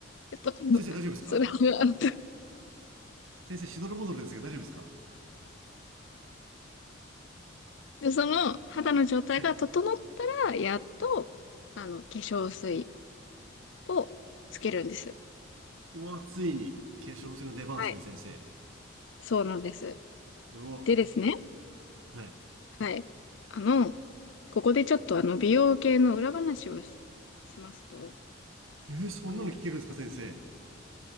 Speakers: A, on the left (about 65°); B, on the right (about 80°).
A: えっと、
B: 先生、大丈夫ですか
A: それは、<laughs> あの
B: 先生、しどろもどろですが、大丈夫ですか
A: で、その肌の状態が整っ
B: はい。
A: たら、やっと、あの、化粧水をつけるんです。
B: うわ、ついに、化粧水の出番ですね、
A: はい。
B: 先生。
A: そうなんです。
B: うわ。
A: でですね、
B: はい。
A: はい。あの、ここでちょっとあの、美容系の裏話をし、しますと、
B: えー、そんなの聞けるんですか、
A: あの、
B: 先生。